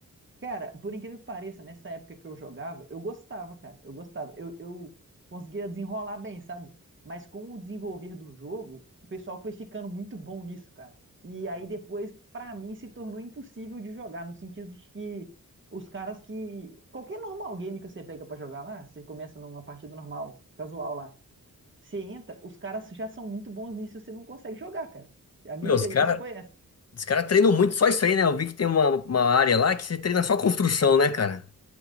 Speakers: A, on the right; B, on the left.
A: Cara, por incrível que pareça, nessa época que eu jogava, eu gostava, cara. Eu gostava. Eu, eu conseguia desenrolar bem, sabe? Mas com o desenvolver do jogo, o pessoal foi ficando muito bom nisso, cara. E aí depois, pra mim, se tornou impossível de jogar, no sentido de que os caras que. Qualquer normal game que você pega pra jogar lá, você começa numa partida normal, casual lá. Você entra, os caras já são muito bons nisso, você não consegue jogar, cara. A minha
B: Meu,
A: experiência
B: os caras
A: foi essa.
B: os cara treinam muito só isso aí, né? Eu vi que tem uma, uma área lá que você treina só construção, né, cara?